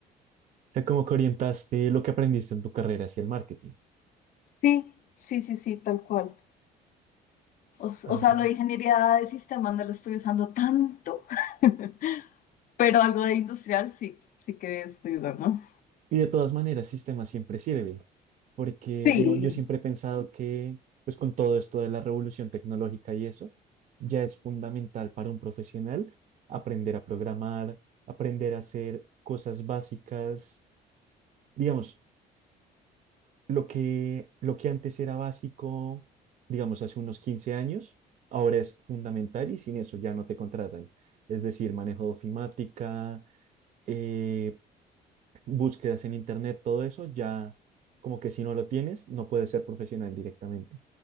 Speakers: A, on the right; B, on the left.
A: O sea, como que orientaste lo que aprendiste en tu carrera hacia el marketing.
B: Sí, sí, sí, sí, tal cual. O, s-
A: Ah,
B: o sea, lo de ingeniería de sistemas no lo estoy usando tanto. <laughs> Pero algo de industrial sí, sí que estoy dando.
A: Y de todas maneras, sistema siempre sirve, porque,
B: Sí.
A: digamos, yo siempre he pensado que, pues con todo esto de la revolución tecnológica y eso, ya es fundamental para un profesional aprender a programar, aprender a hacer cosas básicas, digamos, lo que, lo que antes era básico, digamos, hace unos 15 años, ahora es fundamental y sin eso ya no te contratan. Es decir, manejo de ofimática eh, búsquedas en internet, todo eso, ya como que si no lo tienes, no puedes ser profesional directamente.